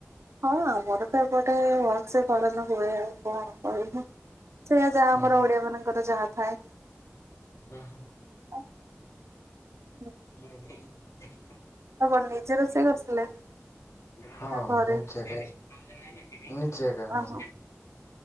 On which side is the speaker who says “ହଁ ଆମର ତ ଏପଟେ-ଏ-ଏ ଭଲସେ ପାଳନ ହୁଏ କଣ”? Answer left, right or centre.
Right